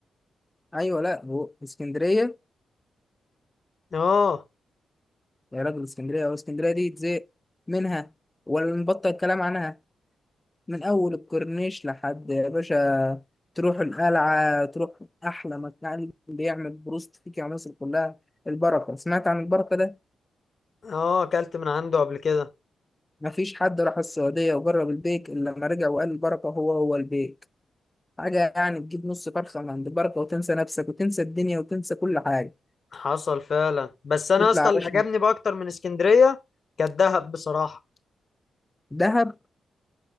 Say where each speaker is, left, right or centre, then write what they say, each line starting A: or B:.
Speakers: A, on the left; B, on the left.
A: ايوه لا هو اسكندريه
B: اه
A: يا راجل اسكندريه هو اسكندريه دي تزهق منها ولا نبطل الكلام عنها من أول الكورنيش لحد يا باشا تروح القلعة تروح أحلى مكان بيعمل بروست فيك يا مصر كلها البركة سمعت عن البركة ده؟
B: اه اكلت من عنده قبل كده
A: مفيش حد راح السعودية وجرب البيك إلا لما رجع وقال البركة هو هو البيك حاجة يعني تجيب نص فرخة من عند البركة وتنسى نفسك وتنسى الدنيا وتنسى كل حاجة
B: حصل فعلا بس انا
A: تطلع
B: اصلا
A: يا
B: اللي
A: باشا
B: عجبني بقى اكتر من اسكندريه كانت دهب بصراحه
A: دهب